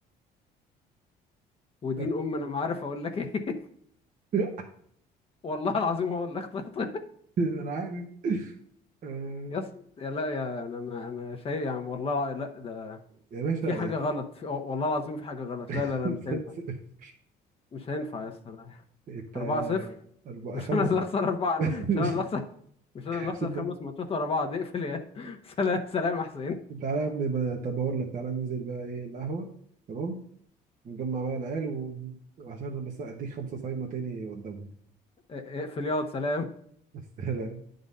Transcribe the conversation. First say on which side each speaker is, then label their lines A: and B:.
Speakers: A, on the left; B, on the right.
A: ودين
B: <laughs>
A: ام انا ما عارف اقول لك ايه
B: لا،
A: <laughs> والله العظيم هو اللي اخترت
B: انا عارف آه،
A: يس يا لا يا انا ما انا شايف يعني والله لا ده
B: يا باشا
A: في حاجه
B: أكيد.
A: غلط في... أو- والله العظيم في حاجه غلط
B: <laughs>
A: لا لا لا مش هينفع مش هينفع يا اسطى لا.
B: انت
A: 4 0
B: أربعة
A: مش
B: خمسة
A: انا اللي اخسر اربعه
B: <laughs>
A: مش انا
B: مش
A: اللي اخسر مش انا اللي اخسر
B: مش انت
A: خمس ماتشات ورا بعض اقفل يا <laughs> سلام سلام يا حسين
B: تعالى يا عم بقى- طب هقول لك تعالى ننزل بقى ايه القهوة تمام نجمع بقى العيال و... وعشان بس اديك خمسة صايمة تاني قدامنا
A: اقفل ياض سلام
B: بس <laughs> لا